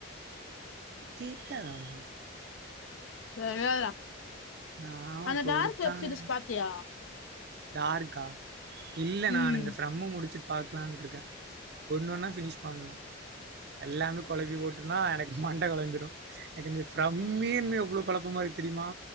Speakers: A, on the right (about 50°); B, on the left (about 75°).
A: <unintelligible>
B: தெரிவேல
A: ஆமா
B: அந்த
A: குடுத்தானுங்க
B: டார்க் வெப்சீரிஸ் பாத்தியா
A: டார்க்கா இல்ல நானிந்த
B: ம்
A: ஃப்ரம்ம முடிச்சு பாக்கலான்ரிக்கே ஒன்னொன்னா ஃபினிஷ் பண்ணணு எல்லாமே கொழம்பி போட்டுனா எனக்கு மண்ட கொழம்பிடு எனக்கு ஃபிரமீன் எவளவு கொழப்பமா ரிக் தெரியுமா